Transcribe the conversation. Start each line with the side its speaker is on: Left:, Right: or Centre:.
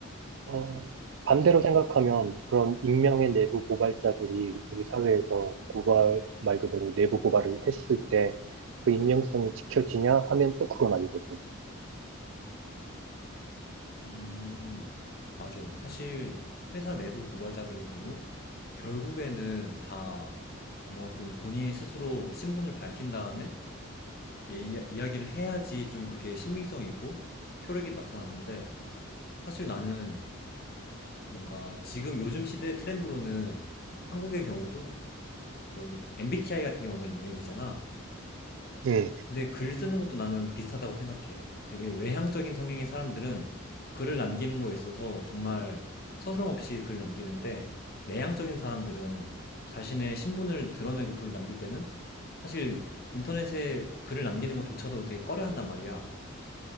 Right: 어, 반대로 생각하면 그런 익명의 내부 고발자들이 우리 사회에서 고발, 말 그대로 내부 고발을 했을 때 그 익명성이 지켜지냐 하면 또 그건 아니거든.
Left: 음, 맞아. 사실 회사 내부 고발자들의 경우 결국에는 다 뭔가 좀 본인이 스스로 신분을 밝힌 다음에 얘기- 이야기를 해야지 좀 그게 신빙성이 있고 효력이 나타나는데 사실 나는 뭔가 지금 요즘 시대 트렌드로는 한국의 경우도 뭐 MBTI 같은 게 워낙 유행이잖아.
Right: 음,
Left: 근데 글 쓰는 것도 나는 비슷하다고 생각해. 되게 외향적인 성향의 사람들은 글을 남기는 거에 있어서 정말 서스럼 없이 글을 남기는데 내향적인 사람들은 자신의 신분을 드러내고 글을 남길 때는 사실 인터넷에 글을 남기는 것조차도 되게 꺼려한단 말이야.